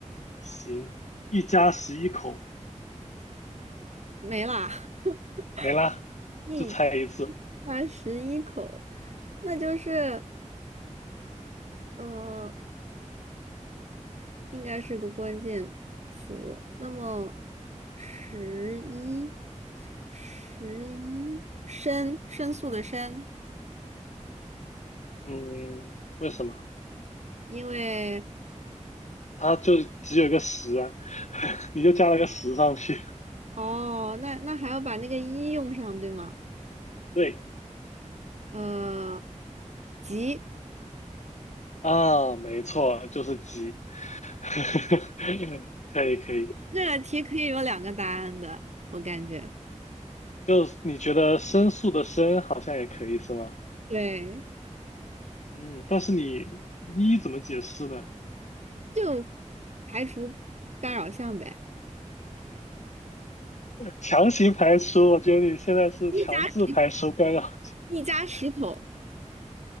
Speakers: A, on the left; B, on the right.
A: 行，一家十一口，
B: 没啦，<laughs>
A: 没啦，
B: 一
A: 就猜一次。
B: 它十一口，那就是呃。应该是个关键词。那么，十一，十一，申，申诉的申，
A: 嗯，为什么？
B: 因为
A: 它就只有一个十啊，<laughs> 你就加了个十上去。
B: 哦，那那还要把那个一用上，对吗？
A: 对
B: 呃，急，
A: 啊，没错，就是鸡。<laughs> 可以可以。
B: 这个题可以有两个答案的，我感觉。
A: 就你觉得申诉的申好像也可以是吗？
B: 对，
A: 嗯，但是你一怎么解释呢？
B: 就排除干扰项呗。
A: 强行排除，我觉得你现在是强制排除干扰。
B: 一家一家十口，